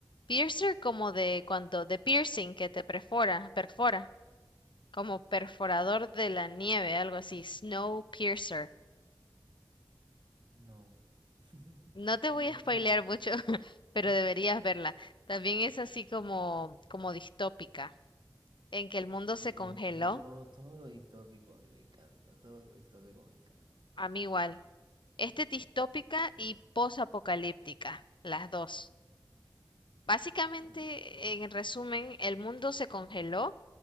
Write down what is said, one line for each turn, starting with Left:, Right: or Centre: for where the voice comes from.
Left: Piercer como de cuando, de piercing que te perfora, perfora. como perforador de la nieve, algo así, Snowpiercer.
Right: No. <laughs>
Left: No te voy
Right: No,
Left: a spoilear
Right: no le dice.
Left: mucho, <laughs>
Right: <laughs>
Left: pero deberías verla. También es así como, como distópica, en que el mundo
Right: Uy,
Left: se congeló.
Right: a mí, a mí todo, todo lo distópico a mí me encanta, todo lo distópico me encanta. a mí.
Left: A mí igual. Este es distópica y posapocalíptica, las dos. Básicamente,
Right: Uy,
Left: en resumen, el mundo se congeló